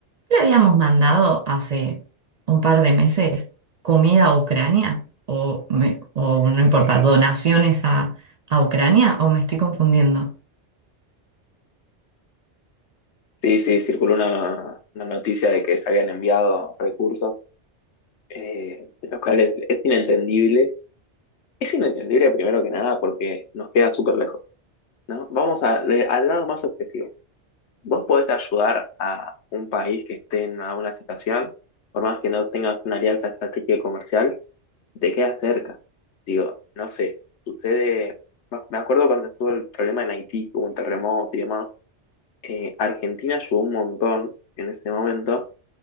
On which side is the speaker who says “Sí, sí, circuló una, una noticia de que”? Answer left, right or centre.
Left